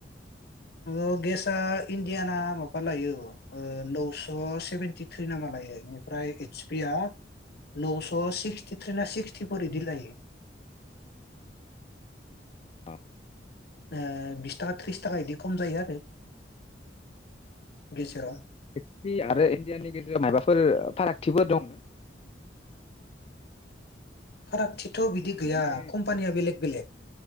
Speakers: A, on the left (about 60°); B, on the left (about 35°).
A: ओ गेसआ इण्डियाना माबा लायो ओ नौस' सेभेेनटि। थ्रि ना मा लायो इनिफ्राय एतस पि आ नौस' सिक्सटिथ्रि ना सिक्सटिफोर इदि लायो।
B: अ
A: ओ बिस थाखा थ्रिस थाखा इदि खम जायो आरो। गेजेराव
B: एतस पि आरो इण्डियाननि गेजेराव मायाबाफोर फारागथिफोर दं? <inaudible>
A: फारागथि थ बिदि गैया
B: माने
A: कम्पानिया बेलेग बेलेग।